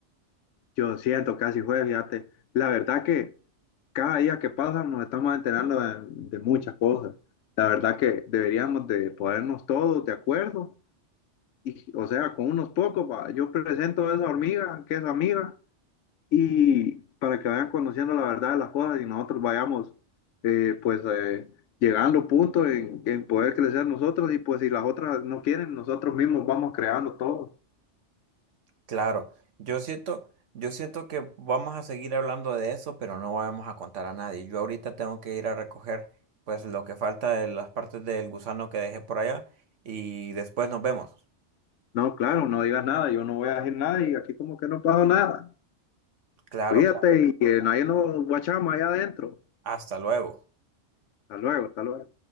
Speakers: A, on the left; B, on the right.
A: Yo siento casi fue, fíjate. La verdad que cada día que pasa nos estamos enterando de, de muchas cosas. La verdad que deberíamos de ponernos todos de acuerdo y, o sea, con unos pocos, va, yo presento a esa hormiga que es amiga y para que vayan conociendo la verdad de las cosas y nosotros vayamos eh, pues eh, llegando a puntos en, en poder crecer nosotros y pues si las otras no quieren, nosotros mismos vamos creando todo.
B: Claro, yo siento, yo siento que vamos a seguir hablando de eso, pero no vamos a contar a nadie. Yo ahorita tengo que ir a recoger pues lo que falta de las partes del gusano que dejé por allá y después nos vemos.
A: No, claro, no digas nada, yo no voy a decir nada y aquí como que no pasó nada.
B: Claro,
A: Cuídate
B: claro.
A: y que nadie nos guachama allá adentro.
B: Hasta luego.
A: Hasta luego, hasta luego.